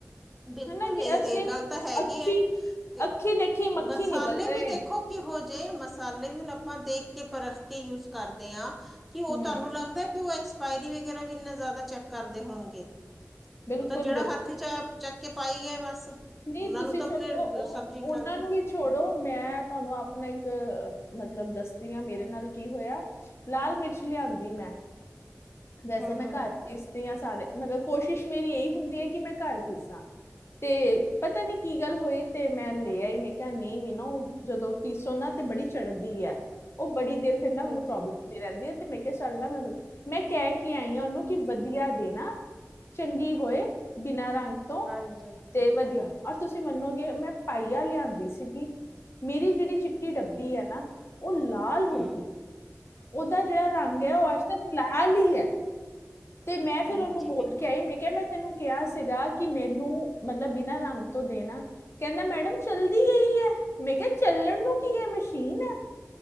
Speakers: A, in the centre; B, on the left (about 50°).
A: ਬਿਲਕੁਲ
B: ਹਨਾ ਕਿ
A: ਏ
B: ਅਸੀਂ
A: ਏ ਗੱਲ ਤਾਂ ਹੈਗੀ
B: ਅੱਖੀ
A: ਏ, ਕਿ
B: ਅੱਖੀ ਦੇਖੀ ਮੱਖੀ
A: ਮਸਾਲੇ
B: ਨਿਕਲ ਰਹੇ
A: ਵੀ ਦੇਖੋ
B: ਹੈ
A: ਕੀ ਹੋ ਜੇ, ਮਸਾਲੇ ਵੀ ਹੁਨ ਆਪਾਂ ਦੇਖ ਕੇ ਪਰਖ ਕੇ ਯੂਜ ਕਰਦੇ ਆਂ। ਕਿ ਉ
B: ਹੂੰ
A: ਤੁਆਨੂੰ ਲੱਗਦੈ ਕਿ ਉ ਐਕਸਪਾਇਰੀ ਵਗੈਰਾ ਵੀ ਇੰਨਾ ਜਾਦਾ ਚੈੱਕ ਕਰਦੇ ਹੋਨਗੇ।
B: ਬਿਲਕੁਲ
A: ਉ ਤਾਂ ਜੇੜਾ
B: ਬਿਲਕੁਲ
A: ਹੱਥ ਚ ਆਯਾ ਚੱਕ ਕੇ ਪਾਈ ਗਿਆ ਬਸ,
B: ਨਹੀਂ
A: ਉਨਾਂ
B: ਤੁਸੀਂ
A: ਨੂੰ ਤਾਂ
B: ਚਲੋ
A: ਆਪਨੇ
B: ਉਹ
A: ਸਬਜ਼ੀ ਬਨਾਨ
B: ਉਹਨਾਂ
A: ਤੋਂ
B: ਨੂੰ ਵੀ ਛੋੜੋ, ਮੈਂ ਤੁਹਾਨੂੰ ਆਪਨਾ ਇੱਕ ਮਤਲਬ ਦੱਸਦੀ ਆਂ, ਮੇਰੇ ਨਾਲ ਕੀ ਹੋਇਆ ਲਾਲ ਮਿਰਚ ਲਿਆਂਦੀ ਮੈਂ ਵੈਸੇ
A: ਹਮ
B: ਮੈਂ
A: ਹਮ
B: ਘਾਰ ਪੀਸਦੀ ਆ ਸਾਰੇ ਮਤਲਬ ਕੋਸ਼ਿਸ਼ ਮੇਰੀ ਏਹੀ ਹੁੰਦੀ ਏ, ਕਿ ਮੈਂ ਘਾਰ ਪੀਸਾਂ। ਤੇ ਪਤਾ ਨੀ ਕੀ ਗੱਲ ਹੋਈ, ਤੇ ਮੈਂ ਲੈ ਆਈ। ਮੈਂ ਕਿਹਾ ਨਹੀਂ ਵੀ ਨਾ ਉਹ ਜਦੋਂ ਪੀਸੋ ਨਾ ਤੇ ਬੜੀ ਚੜ੍ਹਦੀ ਹੈ। ਉਹ ਬੜੀ ਦੇਰ ਫੇਰ ਨਾ
A: ਹਾਂਜੀ
B: ਮੈਨੂੰ ਪ੍ਰੋਬਲਮ ਜੀ ਰਹਿੰਦੀ ਹੈ ਤੇ ਮੈਂ ਕਿਹਾ ਚੱਲ ਨਾ ਮੈਂ ਮੈਂ ਕਹਿ ਕੇ ਆਈ ਉਹਨੂੰ ਕਿ ਵਧੀਆ ਦੇਣਾ ਚੰਗੀ ਹੋਏ ਬਿਨਾਂ ਰੰਗ ਤੋਂ
A: ਹਾਂਜੀ
B: ਤੇ ਵਧੀਆ ਆਹ ਤੁਸੀਂ ਮਨੋਂਗੇ ਮੈਂ ਪਾਈਆ ਲਿਆਂਦੀ ਸੀਗੀ ਮੇਰੀ ਜਿਹੜੀ ਚਿੱਟੀ ਡੱਬੀ ਹੈ ਨਾ ਉਹ ਲਾਲ ਹੋ
A: ਹਮ
B: ਗਈ ਉਹਦਾ ਜਿਹੜਾ ਰੰਗ ਹੈ ਉਹ ਅੱਜ ਤੱਕ ਲਾ ਲਾਲ ਹੀ ਹੈ ਤੇ ਮੈਂ ਫਿਰ
A: ਹਾਂਜੀ
B: ਉਹਨੂੰ ਬੋਲ
A: ਬਿਲਕੁਲ
B: ਕੇ ਆਈ ਮੈਂ ਕਿਹਾ ਮੈਂ ਤੈਨੂੰ ਕਿਹਾ ਸੀਗਾ ਕਿ ਮੈਨੂੰ ਮਤਲਬ ਬਿਨਾਂ ਰੰਗ ਤੋਂ ਦੇਣਾ ਕਹਿੰਦਾ ਮੈਡਮ ਚੱਲਦੀ ਵੀ ਹੈ ਮੈਂ ਕਿਹਾ ਚੱਲਣ ਨੂੰ ਕੀ ਹੈ ਮਸ਼ੀਨ ਹੈ।